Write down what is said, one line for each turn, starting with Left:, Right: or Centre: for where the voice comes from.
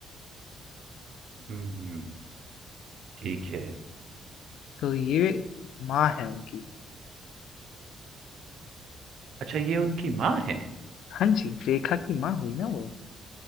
Right: हुँ, ठीक है।
Left: तो ये माँ है उनकी
Right: अच्छा ये उनकी माँ है?
Left: हाँ जी रेखा की माँ हुई ना वो